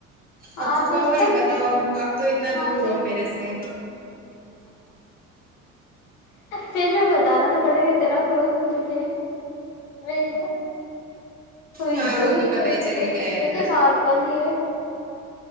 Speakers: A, on the left; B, on the right.
A: ہاں
B: اب چھوپاؤ
A: تو اس کا
B: یا بتاؤ آپ تو اتنا
A: ہاں
B: دور
A: پھر
B: ہو میرے سے
A: پھر بھی بتانا تو پڑیے گا اتنا کلوز ہو چکے ہیں اس میں یہ ہوئی
B: ہاں
A: توئی
B: وہ پتا
A: دی
B: ہی
A: تو
B: چل
A: نہیں
B: ہی جائے
A: اس میں
B: گا
A: کیا نارمل ہی ہے